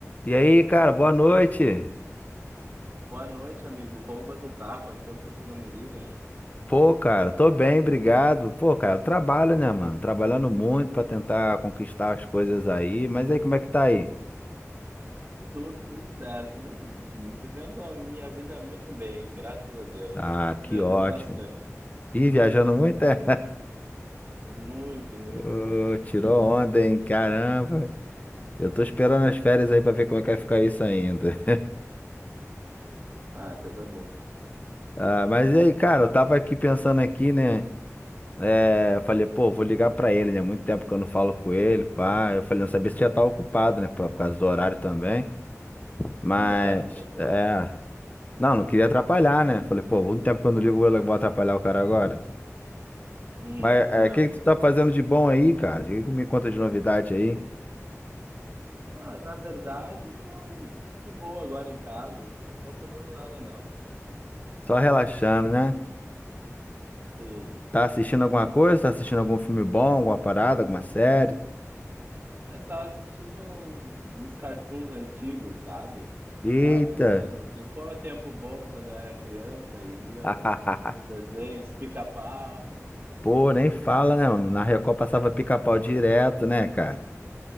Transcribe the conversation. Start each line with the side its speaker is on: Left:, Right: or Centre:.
Left: E aí, cara, boa noite.
Right: Boa noite, amigo. Como você tá? Quanto tempo você não me liga, hein?
Left: Pô, cara, tô bem, obrigado. Pô, cara, eu trabalho, né, mano? Trabalhando muito pra tentar conquistar as coisas aí. Mas aí, como é que tá aí?
Right: Tudo, tudo certo. Muito, vivendo a minha vida muito bem, graças a Deus.
Left: Ah,
Right: Viajando
Left: que ótimo.
Right: bastante.
Left: Ih, viajando muito, é?
Right: Muito,
Left: <laughs>
Right: muito.
Left: Ô, tirou onda, hein? Caramba. Eu tô esperando as férias aí pra ver como é que vai ficar isso ainda.
Right: Ah, coisa boa.
Left: Ah, mas e aí, cara, eu tava aqui pensando aqui, né? É, eu falei, pô, vou ligar pra ele, né? Muito tempo que eu não falo com ele, pá. Eu falei, não sabia se já tava ocupado, né? Por por causa do horário também. Mas,
Right: Não, sem problema.
Left: é. Não, não queria atrapalhar, né? Falei, pô, muito tempo que eu não ligo, eu vou atrapalhar o cara agora.
Right: Hum,
Left: Mas
Right: Não,
Left: é, o que
Right: não
Left: que tu tá
Right: tá preocupado,
Left: fazendo de bom
Right: não.
Left: aí, cara? O que que me conta de novidade aí?
Right: Ah, na verdade, eu tô eh, de boa agora em casa. Não tô fazendo nada, não.
Left: Só relaxando, né?
Right: Sim.
Left: Tá assistindo alguma coisa? Tá assistindo algum filme bom, alguma parada, alguma série?
Right: É, Eu tava assistindo uns, uns cartoons antigos, sabe?
Left: Eita!
Right: Tava pensando assim, qual é o tempo bom quando eu era criança e via
Left: <laughs>
Right: uns, uns desenhos, pica-pau.
Left: Pô, nem fala, né? mano? Na Record passava pica-pau direto, né, cara?